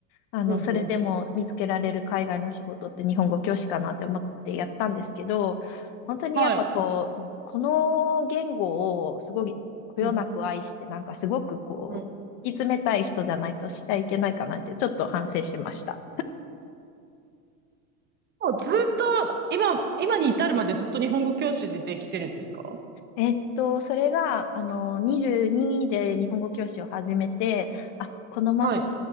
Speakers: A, on the left (about 55°); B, on the right (about 25°).
A: あの、
B: うんうん。
A: それでも見つけられる海外の仕事って日本語教師かなって思ってやったんですけど、本当にやっぱこう、
B: はい。
A: この言語をすごいこよなく愛して、
B: うん。
A: なんかすごくこう、
B: うん。
A: 突き詰めたい人じゃないとしちゃいけないかなってちょっと反省しました。
B: もうずっと、今、今に至るまでずっと日本語教師で来てるんですか
A: えっと、それが、あの、22で日本語教師を始めて、あ、このまま、
B: はい。